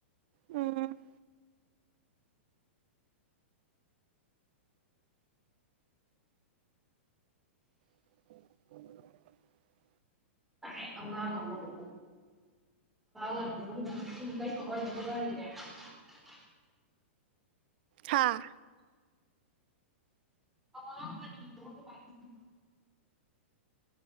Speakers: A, on the right; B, in the centre.
A: ꯎꯝ <unintelligible>
B: ꯇꯥꯏ ꯑꯉꯥꯡ ꯑꯃꯗꯣ <unintelligible>
A: ꯍꯥꯥ
B: ꯑꯉꯥꯡ ꯑꯅꯤꯗꯨꯕꯨ ꯂꯨꯄꯥ ꯂꯤꯁꯤꯡ